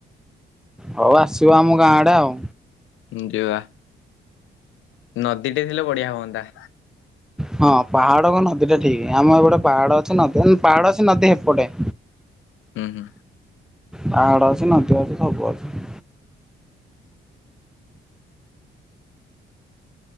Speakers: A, in the centre; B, on the left.
A: ହଉ ଆସିବ ଆମ ଗାଁ ଆଡେ ଆଉ।
B: ଯିବା ନଦୀଟେ ଥିଲେ ବଢିଆ ହୁଅନ୍ତା।
A: ହଁ ପାହାଡ କୁ ନଦୀ ଟା ଠିକ ଆମ ଏପଟେ ପାହାଡ ଅଛି ନଦୀ ପାହାଡ ଅଛି ନଦୀ ହେପଟେ।
B: ହୁଁ ହୁଁ।
A: ପାହାଡ ଅଛି ନଦୀ ଅଛି ସବୁ ଅଛି।